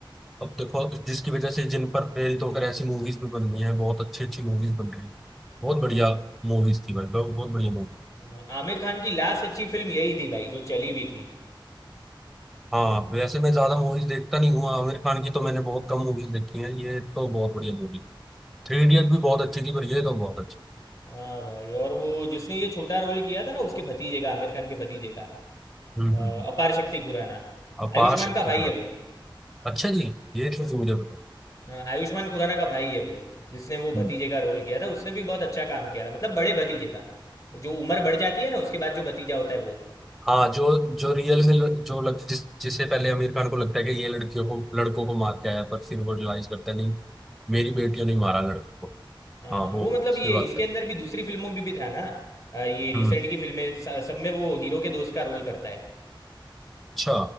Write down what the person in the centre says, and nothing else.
अब देखो जिसकी वजह से जिन पर प्रेरित होकर ऐसी मूवीज भी बन रही हैं बहुत अच्छी अच्छी मूवीज बन रही हैं
बहुत बढ़िया
मूवीज थी भाई बहुत बहुत बढ़िया मूवी
हाँ वैसे मैं ज्यादा मूवीज देखता नहीं हूँ आमिर खान की तो मैंने बहुत कम मूवीज देखी हैं ये तो बहुत बढ़िया मूवी थ्री इडियट भी बहुत अच्छी थी पर ये तो बहुत अच्छी
हम्म हम्म हम्म।
अपार
शक्ति
अच्छा जी ये चीज मुझे पता
हम्म।
हाँ जो जो रियल में ल- जो लग, जिस जिसे पहले आमिर खान को लगता है कि ये लड़कियों को लड़कों को मार के आया पर फिर वो रियलाइज करता है नहीं मेरी
बेटियों ने मारा लड़कों को
हाँ वो
उसकी
बात
है
हम्म
अच्छा